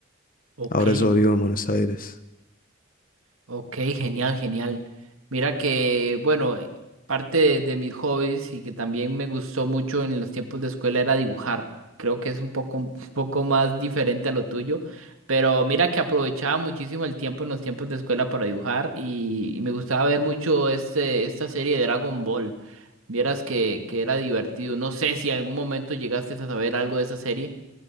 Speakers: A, on the right (about 80°); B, on the left (about 45°).
A: Ok,
B: Ahora yo vivo en Buenos Aires.
A: Ok, genial, genial. Mira que, bueno, eh, parte de, de mis hobbies y que también me gustó mucho en los tiempos de escuela era dibujar. Creo que es un poco, un poco más diferente a lo tuyo, pero mira que aprovechaba muchísimo el tiempo en los tiempos de escuela para dibujar y, y me gustaba ver mucho este, esta serie de Dragon Ball. Vieras que, que era divertido. No sé si en algún momento llegaste a saber algo de esa serie.